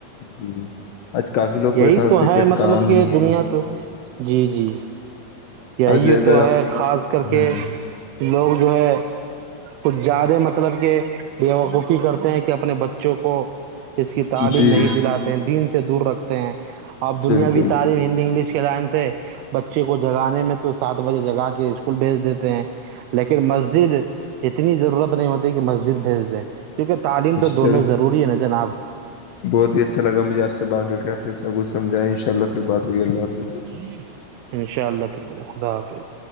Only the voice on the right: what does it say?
یہی
تو ہے
مطلب
کہ
دنیا تو جی جی یہی
تو
ہے خاص کر کے
لوگ جو ہے کچھ زیادہ مطلب کہ بیوقوفی کرتے ہیں کہ اپنے بچوں کو اس کی تعلیم
نہیں دلاتے ہیں دین سے دور رکھتے ہیں اب دنیاوی
تعلیم ہندی انگلش لائن سے بچے کو جگانے میں تو سات بجے جگا کے اسکول بھیج دیتے ہیں لیکن مسجد اتنی ضرورت نہیں ہوتی کہ مسجد بھیج دے کیونکہ تعلیم تو
دونوں ضروری ہے نا جناب
<inaudible> انشاء اللہ پھر خدا حافظ